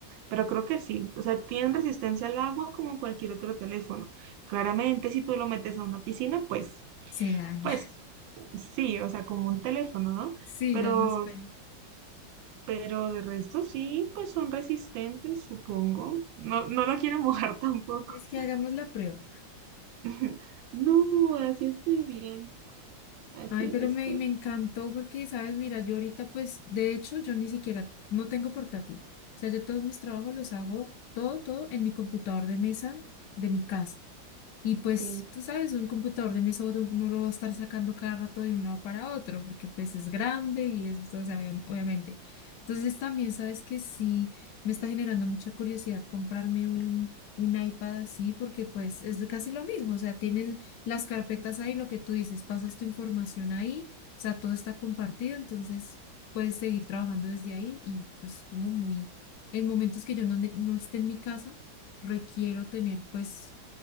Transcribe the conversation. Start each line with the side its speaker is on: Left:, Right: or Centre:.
Right: pero creo que sí. O sea, tiene resistencia al agua como cualquier otro teléfono. Claramente, si tú lo metes a una piscina, pues,
Left: Se dañan.
Right: pues, sí, o sea, como un teléfono, ¿no?
Left: Sí,
Right: Pero,
Left: ya no esperes.
Right: pero de resto sí, pues son resistentes, supongo. No, no lo quiero mojar tampoco.
Left: Es que hagamos la prueba.
Right: <laughs> No, así estoy bien. Así
Left: Ay, pero
Right: estoy.
Left: me, me encantó porque, sabes, mira, yo ahorita, pues, de hecho, yo ni siquiera, no tengo portátil. O sea, yo todos mis trabajos los hago, todo, todo en mi computador de mesa de mi casa. Y pues,
Right: Ok.
Left: tú sabes, un computador de mesa uno no lo va a estar sacando cada rato de un lado para otro, porque pues es grande y es, o sea, obvia- obviamente. Entonces también sabes que sí, me está generando mucha curiosidad comprarme un, un iPad así, porque pues es casi lo mismo, o sea, tienes las carpetas ahí, lo que tú dices, pasas tu información ahí, o sea, todo está compartido, entonces puedes seguir trabajando desde ahí y pues como muy, en momentos que yo no, ne- no esté en mi casa, requiero tener pues